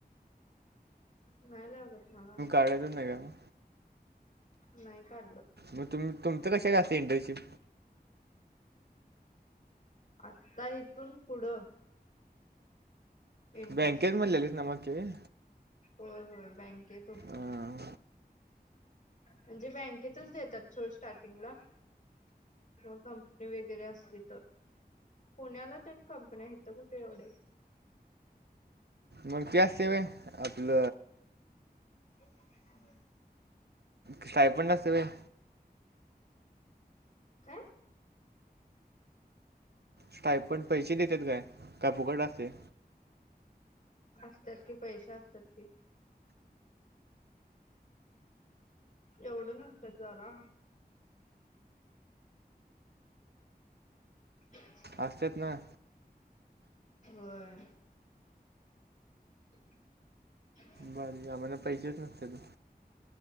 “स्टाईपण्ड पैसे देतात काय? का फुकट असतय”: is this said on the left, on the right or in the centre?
Right